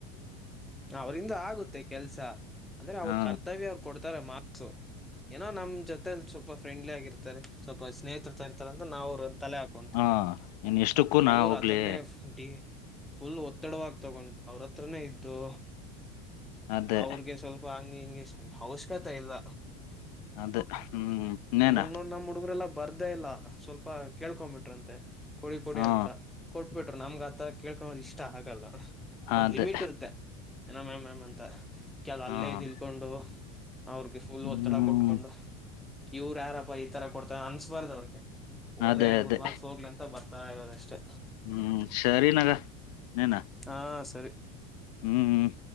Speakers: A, in the centre; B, on the left.
A: ಅವ್ರಿಂದ ಆಗುತ್ತೆ ಕೆಲ್ಸ ಅಂದ್ರೆ ಅವ್ರ
B: ಹಾ
A: ಕರ್ತವ್ಯ ಅವ್ರು ಕೊಡ್ತಾರೆ ಮಾಸು ಏನೋ ನಮ್ ಜೊತೆ ಸ್ವಲ್ಪ ಫ್ರೆಂಡ್ಲಿ ಆಗಿರ್ತಾರೆ ಸ್ವಲ್ಪ ಸ್ನೇಹಿತತರ ಇರ್ತಾರೆ ಅಂತ ನಾವು ಅವ್ ತಲೆ ಹಾಕೊಂತಿವಿ
B: ಹಾ ಇನ್ ಎಷ್ಟಕ್ಕೂ
A: ಕೆಲವರು
B: ನಾ ಹೋಗ್ಲಿ
A: ಅದನ್ನೇ ಡಿ ಪುಲ್ ಒತ್ತಡವಾಗಿ ತಗೊಂಡು ಅವ್ರ ಹತ್ರನೇ ಇದ್ದು
B: ಅದೇ
A: ಅವ್ರಿಗೆ ಸ್ವಲ್ಪ ಹಂಗಿ ಹಿಂಗಿ ಅವಶ್ಯಕತೆ ಇಲ್ಲ
B: ಅದೇ ಹ್ಮ್ ಇನ್ನೇನ
A: ಇವಾಗ ನೋಡ್ ನಮ್ಮ ಹುಡುಗರೆ ಎಲ್ಲಾ ಬರದೇ ಇಲ್ಲ ಸ್ವಲ್ಪ ಕೇಳ್ಕೊಬಿಟ್ರಂತೆ ಕೊಡಿ ಕೊಡಿ
B: ಹಾ
A: ಅಂತ ಕೊಟ್ಬಿಟ್ಟ್ ನಮಗ ಆತರ ಕೇಳ್ಕೊದು ಇಷ್ಟ ಆಗಲ್ಲ ಒಂದ್
B: ಅದೇ
A: ಲಿಮಿಟ್ ಇರುತ್ತೆ. ಏನ ಮ್ಯಾಮ್ ಮ್ಯಾಮ್ ಅಂತ ಕೇಳ್ ಅಲ್ಲೇ
B: ಹಾ
A: ನಿಲ್ಕೊಂಡು ಅವರಿಗೆ ಪುಲ್
B: ಹ್ಮ್
A: ಒತ್ತಡ ಕೊಟ್ಕೊಂಡು ಇವರು ಯಾರಪ್ಪ ಈ ತರ ಕೊಡ್ತಾರೆ ಅನ್ಸ್ಬರ್ದು ಅವರಿಗೆ ಹೋದ್ರೆ
B: ಅದೇ
A: ಎರಡ್
B: ಅದೇ
A: ಮೂರ್ ಮಾರ್ಕ್ಸ್ ಹೋಗ್ಲಿ ಅಂತ ಬರ್ತಾ ಇರೋದಷ್ಟೆ
B: ಹ್ಮ್ ಸರಿನಾಗ ಇನ್ನೇನ
A: ಹಾ ಸರಿ
B: ಹ್ಮ್ ಹ್ಮ್